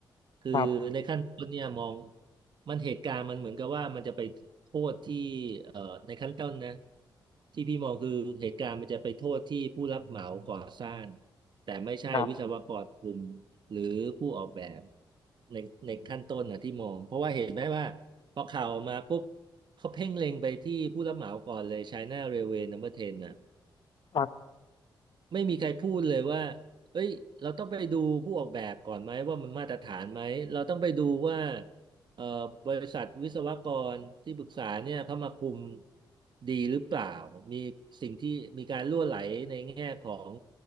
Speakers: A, on the right; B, on the left.
A: คือในขั้นต้นเนี่ยมอง
B: ครับ
A: มันเหตุการณ์มันเหมือนกับว่ามันจะไปโทษที่เอ่อในขั้นต้นนะที่พี่มองคือเหตุการณ์มันจะไปโทษที่ผู้รับเหมาก่อสร้างแต่ไม่ใช่วิศวกรกลุ่ม
B: ครับ
A: หรือผู้ออกแบบในในขั้นต้นนะที่มองเพราะว่าเห็นไหมว่าพอข่าวออกมาปุ๊บเขาเพ่งเล็งไปที่ผู้รับเหมาก่อนเลย China Railway Number 10น่ะ
B: ครับ
A: ไม่มีใครพูดเลยว่าเอ้ยเราต้องไปดูผู้ออกแบบก่อนไหมว่ามันมาตรฐานไหมเราต้องไปดูว่าเอ่อบริษัทวิศวกรที่ปรึกษาเนี่ยเขามาคุมดีหรือเปล่ามีสิ่งที่มีการรั่วไหลในแง่ของ